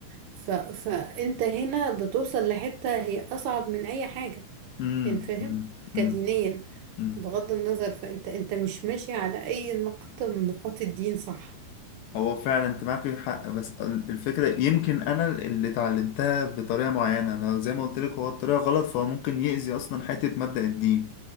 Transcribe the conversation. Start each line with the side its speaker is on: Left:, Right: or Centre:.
Right: ف... فانت هنا بتوصل لحتة هي اصعب من اي حاجة
Left: امم
Right: يعني فاهم
Left: امم
Right: كدينيا
Left: امم أمم.
Right: بغض النظر فانت انت مش ماشي على اي نقطة من نقاط الدين صح
Left: هو فعلا انت معاك حق بس ال- الفكرة يمكن انا اللي اتعلمتها بطريقة معينة انا زي ما قلت لك هو الطريقة غلط فهو ممكن يأذي اصلا حتة مبدأ الدين